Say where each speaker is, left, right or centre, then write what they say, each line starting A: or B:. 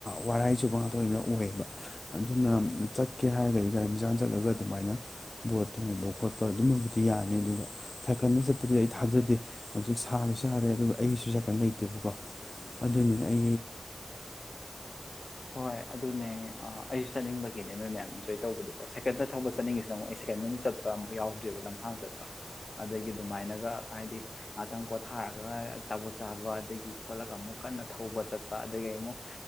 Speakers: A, on the left; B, on the left.
A: ꯋꯥꯔꯥꯏꯆꯨꯕ ꯉꯥꯛꯇ ꯑꯣꯢꯅ ꯑꯣꯏꯌꯦꯕ ꯑꯗꯨꯅ ꯆꯠꯀꯦ ꯍꯥꯏꯔꯒꯗꯤ ꯒꯥꯔꯤ ꯃꯆꯥ ꯆꯠꯂꯒ ꯑꯗꯨꯃꯥꯏꯅ ꯕꯣꯠ ꯊꯣꯡꯕ ꯈꯣꯠꯄ ꯑꯗꯨꯃꯕꯨꯗꯤ ꯌꯥꯅꯤ ꯑꯗꯨꯒ ꯁꯥꯏꯀꯠꯗ ꯆꯠꯄꯗꯨꯗꯤ ꯑꯩ ꯊꯥꯖꯗꯦ ꯍꯧꯖꯤꯛ ꯁꯥꯕꯁꯨ ꯁꯥꯔꯦ ꯑꯗꯨꯒ ꯑꯩꯒꯤꯁꯨ ꯁꯥꯀꯟ ꯂꯩꯇꯦꯕꯀꯣ ꯑꯗꯨꯅꯤ ꯑꯩ
B: ꯍꯣꯏ ꯑꯗꯨꯅꯦ ꯑꯥ ꯑꯩ ꯆꯠꯅꯤꯡꯕꯒꯤꯅꯦ ꯅꯣꯏ ꯃꯌꯥꯝ ꯏꯟꯖꯣꯏ ꯇꯧꯕꯗꯨꯀꯣ ꯁꯦꯀꯦꯟꯗ ꯊꯧꯕ ꯆꯠꯅꯤꯡꯉꯤꯁꯤꯅ ꯑꯃꯨꯛ ꯑꯩ ꯁꯦꯀꯦꯟꯗ ꯑꯃ ꯆꯠꯄ ꯑꯃꯨꯛ ꯌꯥꯎꯗ꯭ꯔꯤꯕ ꯂꯝꯁꯥꯡ ꯆꯠꯄ ꯑꯗꯒꯤ ꯑꯗꯨꯃꯥꯏꯅꯒ ꯍꯥꯏꯗꯤ ꯉꯍꯥꯛꯇꯪ ꯄꯣꯊꯥꯔꯒ ꯑꯆꯥꯕꯣꯠ ꯆꯥꯕ ꯑꯗꯒꯤ ꯈꯣꯠꯂꯒ ꯑꯃꯨꯛ ꯀꯟꯅ ꯊꯧꯕ ꯆꯠꯄ ꯑꯗꯒꯤ ꯑꯃꯨꯛ